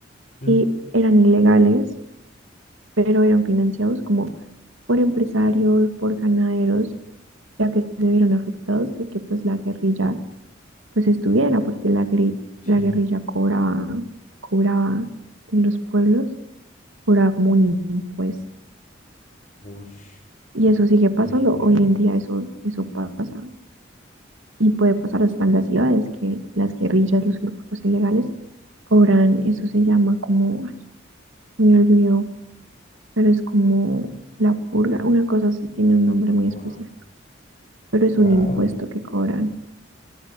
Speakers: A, on the left; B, on the right.
A: Mm,
B: Y eran ilegales, pero eran financiados como por empresarios, por ganaderos ya que se vieron afectados de que pues la guerrilla pues estuviera, porque la, gri- la
A: Sí,
B: guerrilla cobraba, cobraba en los pueblos, cobraba como un impuesto.
A: uff,
B: Y
A: qué
B: eso sigue pasando,
A: muy heavy.
B: hoy en día eso, eso pasa y puede pasar hasta en las ciudades, que las guerrillas, los grupos ilegales cobran, eso se llama como, ay, me olvidó, pero es como la purga, una cosa así tiene un nombre muy
A: Wow.
B: específico, pero es
A: Wow.
B: un impuesto que cobran.